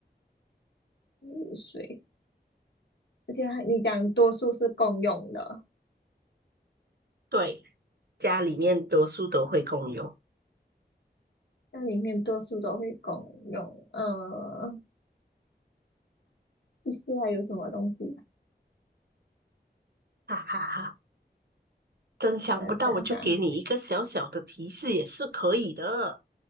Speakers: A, on the left; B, on the right.
A: 有水，而且还你讲多数是共用的，
B: 对，家里面多数都会共用，
A: 那里面多数都会共用。呃，浴室还有什么东西啊？
B: 哈哈哈！真想不到，
A: 呃，想想，
B: 我就给你一个小小的提示也是可以的。